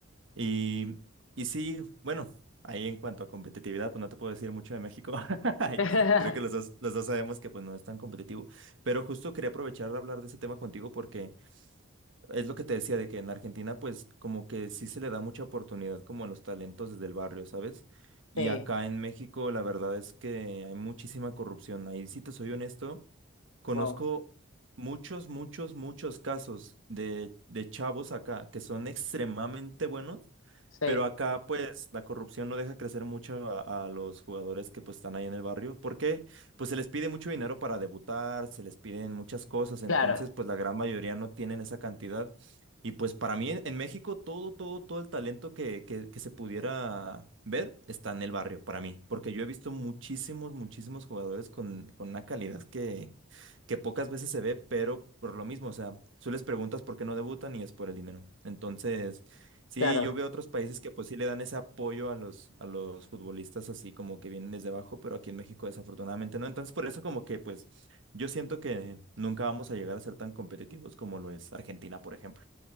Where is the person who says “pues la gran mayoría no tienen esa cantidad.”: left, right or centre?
Right